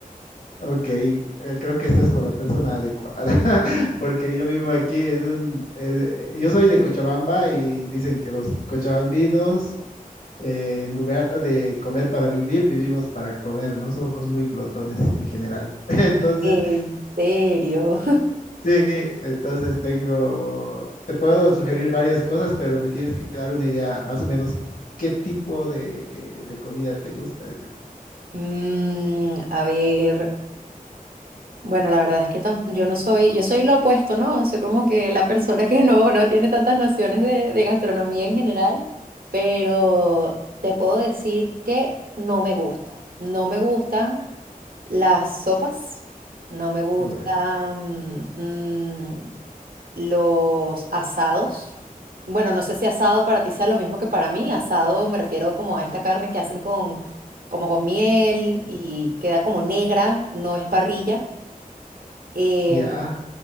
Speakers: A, on the left; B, on the right.
A: Ok, eh, creo que estás con la persona adecuada, <laughs> porque yo vivo aquí en un, eh, yo soy de Cochabamba y dicen que los cochabambinos, eh, en lugar de comer para vivir, vivimos para comer, no somos muy glotones en general. <laughs> Entonces,
B: En serio.
A: sí, entonces tengo, te puedo sugerir varias cosas, pero me tienes que dar una idea más o menos qué tipo de, eh, de comida te gusta, digamos.
B: Mm, a ver, bueno, la verdad es que tam- yo no soy, yo soy lo opuesto, ¿no? Soy como que la persona que no, no tiene tantas nociones de, de gastronomía en general, pero te puedo decir que no me gusta. No me gustan las sopas, no me gustan,
A: Bueno,
B: mm, los asados. Bueno, no sé si asado para ti sea lo mismo que para mí. Asado me refiero como a esta carne que hacen con, como con miel y queda como negra, no es parrilla. Eh,
A: ya.